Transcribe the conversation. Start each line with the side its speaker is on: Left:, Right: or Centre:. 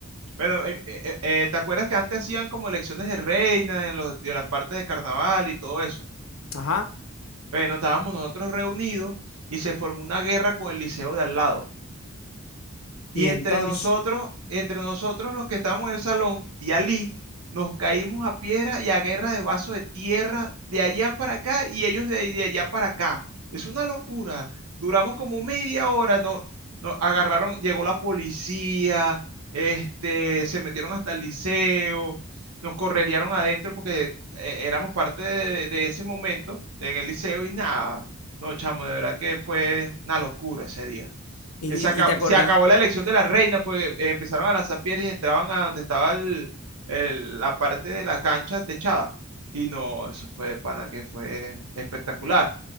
Right: Bueno, eh, eh, eh, ¿te acuerdas que antes hacían como elecciones de reina en los, de las partes de carnaval y todo eso?
Left: ajá,
Right: Bueno, estábamos nosotros reunidos y se formó una guerra con el liceo de al lado. Y
Left: Y entonces,
Right: entre nosotros, entre nosotros los que estábamos en el salón y Ali, nos caímos a piedra y a guerra de vaso de tierra de allá para acá y ellos de, ahí- de allá para acá. Es una locura. Duramos como media hora, no, nos agarraron, llegó la policía, este, se metieron hasta el liceo, nos correrían adentro porque eh, éramos parte de, de ese momento en el liceo y nada. No, chamo, de verdad que fue una locura ese día.
Left: ¿y,
Right: Que
Left: y-
Right: Se acabó,
Left: y te acuerdas?
Right: se acabó la elección de la reina porque eh, empezaron a lanzar piedras y entraban a donde estaba el- el- la parte de la cancha techada. Y no, eso fue de pana que fue espectacular.